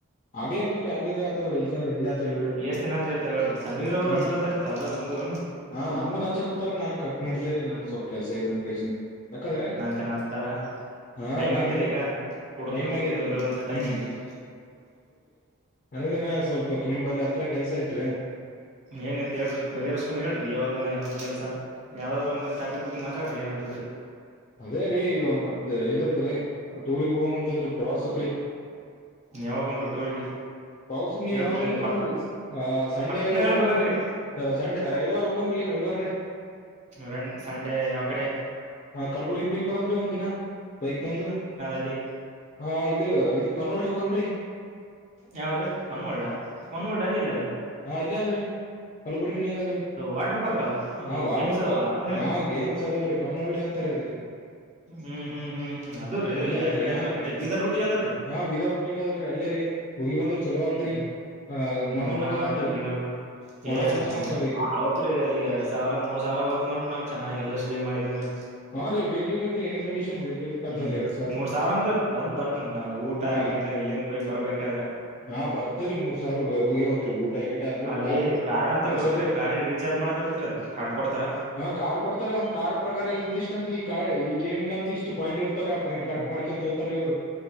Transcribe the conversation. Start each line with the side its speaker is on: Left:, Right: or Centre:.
Left: ಆಗ್ಲೇಬೇಕ್ರಿ ಆಗಿದ್ರಿ ಆತವ್ರಿ ಇಲ್ಕಂದ್ರ ಇಲ್ಲ ಆತವ್ ಇಡ್ರಿ
Right: ಎಷ್ಟ್ ದಿನ ಅಂತ ಇರ್ತಾವ ಹೇಳ್ರಿ ಸಮೀರ್ ಅವ್ರು
Left: ಹ್ಮ್
Right: ಹಚ್ಲತ್ತಾರ ಕಾಲು ನಮ್ಗು
Left: ಹಾ ನಮ್ಗು ನಾಚೊ ಕೂತಾರ ನಾನ್ ಕಟ್ ಮಾಡ್ದ ರೀ ನಾನ್ ಸ್ವಲ್ಪ್ ಕೆಲ್ಸ ಐತೆಂತ ಬೆಸ್ ನ ಯಾಕಂದ್ರೆ
Right: ತನಸ್ತಾರ
Left: ಹಾ
Right: ಟೈಮ್
Left: ನನ್ಗುನು
Right: ಆಯ್ತಲೇ ಈಗ ಕುಡ್ದು
Left: ಟೈಮ್ ಆಗ್ಯದ್ರಿ
Right: ತಿಂದು ಬೀಳುವಂತ
Left: ಹ್ಮ್
Right: ಟೈಮ್ ಆಯ್ತ್ ಈಗ
Left: ನನಗೇನ ಸ್ವಲ್ಪ ಕಿಂಬಲ್ಲಿ ಹತ್ರ ಕೆಲ್ಸ ಐತ್ರಿ.
Right: ಏನಿತ್ ಹೇಳ್ರಿ ಬಗೇ ಹರ್ಸ್ಕೊಮ ಹೇಳ್ರಿ ಯಾವ್ಗ ಯಾವ್ದ್ ಕೆಲ್ಸ ಯಾವ್ದಾದ್ರು ಒಮ್ಮೆ ಟಾಪಿಕ್ ಬಗ್ಗೆ ಮಾತಾಡ್ರಿ ಏನಾದ್ರು ಇದ್ರೆ.
Left: ಅದೇ ರೀ ಇವ ಮತ್ ಇದ್ರುದ್ರಿ ಟೂರಿಗ್ ಹೋಮ್ ಅಂತಂದ್ರಿ ಪ್ರವಾಸಕ್ರಿ.
Right: ಯಾವಾಗೊಂಬ್ರಿ ಟೂರಿಗೆ.
Left: ಪ್ರವಾಸಕ್ ನೀವ್
Right: ಹೇಳ್ಬಿಟ್ರಿ
Left: ಯಾವಾಗಂತ್ರ್
Right: ಈಗ ಪಟ್
Left: ನೋಡ್ರಿ ಆ ಸಂಡೇ
Right: ಪಟ್ನ ಹೇಳ್ಬಿಡ್ಬೇಕ್ರಿ
Left: ಹೋಮ್ರಿ ಸಂಡೆ ರವಿವಾರ ಹೋಗಮ್ರಿ ರವಿವಾ
Right: ರ ಸಂಡೇ ಯಾವ್ಕಡೆ.
Left: ಕಲಬುರ್ಗಿ ಹೋಗಿ ಬರಮ್ರಿ ಒಂದ್ ದಿನ ಬೈಕ್ ತಗೊಂದು
Right: ಅಲ್ಲಿ
Left: ಹಾ ಇದು ಇದು ಪನೋಲ್ಡ್ ಹೋಗಂಬ್ರಿ.
Right: ಯಾವ್ದ್ರಿ ಫನ್ ವರ್ಲ್ಡ್ ಆ ಫನ್ ವರ್ಲ್ಡ್ ಅಲ್ ಎಲ್ಲದ,
Left: ಅಲ್ಯಾದ್ರಿ ಕಲಬುರ್ಗಿ ನ್ಯಾಗ್ ಆದ್ರಿ
Right: ವಾಟರ್ ಪಾರ್ಕ್ ಅಲ್ಲ ಅದು
Left: ಹ ವಾಟರ್
Right: ಗೇಮ್ಸ್ ಇದಾವಲ್ಲ
Left: ಪಾರ್ಕ್
Right: ಅದನ್ನೆಲ್ಲ
Left: ಹ ಗೇಮ್ಸ್ ಅದಾವ್ರಿ ಫನ್ ವರ್ಲ್ಡೇ ತರ ಇದುಕ್ಕೆ
Right: ಹ್ಮ್ ಹ್ಮ್ ಹ್ಮ್ ಹ್ಮ್ ಅದು ರೀ
Left: ಅಲ್ಲದ್ರೀ
Right: ಯಾವ ಕಡೆ
Left: ಹಾ
Right: ಅಂದ್ರ
Left: ರೀ
Right: ಈ ಕಡೆ ಬೀದರ್ ರೂಟಿಗೆ ಅದಲ್ರರಿ
Left: ಹಾ ಬಿದರ್ ರೊಟಿಗದರಿ ಅಲ್ಯ ರೀ ಬಂದ್ರ ಚಲೋ ಆದ್ರಿ
Right: ಹ್ಮ್
Left: ಆ ಮನೋರಂಜನ
Right: ಉಮ್ನಾಬಾದ
Left: ಆದ್ರಿ.
Right: ಬೀದರ್
Left: ಮನೋರಂಜನೆ
Right: ಏ ಅಮೌಂಟ್
Left: ಆತವ್ರಿ
Right: ಬಾಳ್ ಓತ್ರಿ ಅಲ್ಲಿ ಎರಡ್ ಸಾವಿರ ಮೂರ್ ಸಾವಿರ ಓತದ್ ನೋಡ್ರಿ ನಾವ್ ಚೆನ್ನಾಗ್ ಎಲ್ಲಸ್ ಗೇಮ್ ಆಡೀವ್ ಅಂದ್ರೆ
Left: ಹಾ ರೀ ಬೇಕೇ ಬೇಕ್ರಿ ಎನಿ ಕಂಡೀಷನ್ ಬೇಕೇ ಬೇಕಕ್ತವ್ರೀ
Right: ಹ್ಮ್
Left: ಎರಡ್
Right: ಮೂರ್ ಸಾವಿರ ಅಂತ ಬಂದ್ ಬರ್ತಂತ್ ನಾವ್ ಊಟ
Left: ಹಾ
Right: ಗೀಟ ಇಲ್ಲಿಂದ ಹೋಯ್ ಬರ್ಬೇಕಾದ್ರೆ.
Left: ಹಾ ಬರ್ತರಿ ಮೂರ್ ಸಾವ್ರ್ ಹೋಗೆ ಹೊತ್ರಿ ಊಟ ಗಿಟ ಅಂದ್ರೆ
Right: ಅಲ್ಲಿ
Left: ಬಾಳ್
Right: ಕಾರ್ಡ್ ಅಂತ
Left: ಕರ್ಚದ್ರಿ.
Right: ಬರುತ್ರಿ ಕಾರ್ಡಿಗೆ <unintelligible> ಕಾರ್ಡ್ ಕೊಡ್ತರ.
Left: ಹಾ ಕಾರ್ಡ್ ಕೊಡ್ತಾರ ಒಂದ್ ಕಾರ್ಡ್ ಪ್ರಕಾರ ಇನ್ ತಿಷ್ಟ ಅಂತ ಈ ಕ ಈ ಗೇಮಿಗಂತ್ ಇಷ್ಟ ಪಾಯಿಂಟ್ ಇರ್ತಾವ್ರಿ ಆ ಪಾಯಿಂಟ್
Right: ಹ್ಮ್
Left: ಕಟ್ ಮಾಡ್ಕೊಂತ ಹೋತಾರಿ ಅವ್ರು.